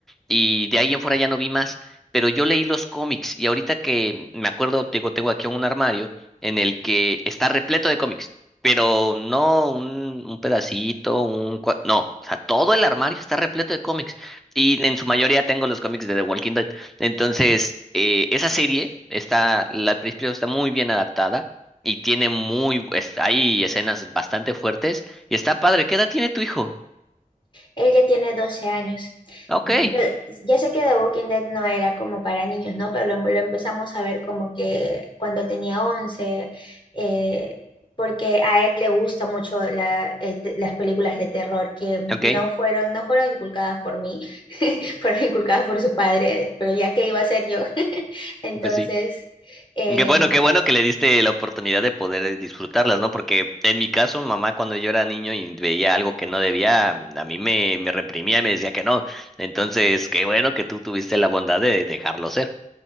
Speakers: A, in the centre; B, on the left.
A: y de ahí en fuera ya no vi más, pero yo leí los cómics y ahorita que me acuerdo, digo, tengo aquí un armario en el que está repleto de cómics, pero no un, un pedacito, un... cua- No, o sea, todo el armario está repleto de cómics y en su mayoría tengo los cómics de The Walking Dead. Entonces, eh, esa serie está, la al principio está muy bien adaptada. Y tiene muy, bu- es- hay escenas bastante fuertes. Y está padre. ¿Qué edad tiene tu hijo?
B: Él ya tiene 12 años.
A: Ok.
B: Yo, ya sé que The Walking Dead no era como para niños, ¿no? Pero lo, lo empezamos a ver como que cuando él tenía 11, eh, porque a él le gusta mucho la- el te- las películas de terror que
A: Ok.
B: no fueron, no fueron inculcadas por mí, <laughs> fueron inculcadas por su padre, pero ya que iba a ser yo. <laughs> Entonces...
A: Pues sí.
B: em,
A: Qué bueno, qué bueno que le diste la oportunidad de poder eh, disfrutarlas, ¿no? Porque en mi caso, mamá cuando yo era niño y veía algo que no debía, a mí me, me reprimía y me decía que no. Entonces, qué bueno que tú tuviste la bondad de dejarlo ser.